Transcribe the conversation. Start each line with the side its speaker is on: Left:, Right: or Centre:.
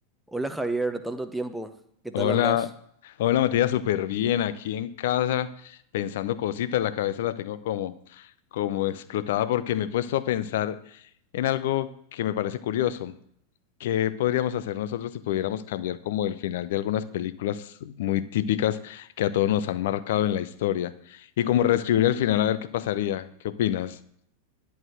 Centre: Hola Javier, tanto tiempo, ¿qué
Left: Hola,
Centre: tal andás?
Left: hola Matías, súper bien aquí en casa pensando cositas, la cabeza la tengo como, como explotada porque me he puesto a pensar en algo que me parece curioso. ¿Qué podríamos hacer nosotros si pudiéramos cambiar como el final de algunas películas muy típicas que a todos nos han marcado en la historia? Y como reescribir el final a ver qué pasaría, ¿qué opinas?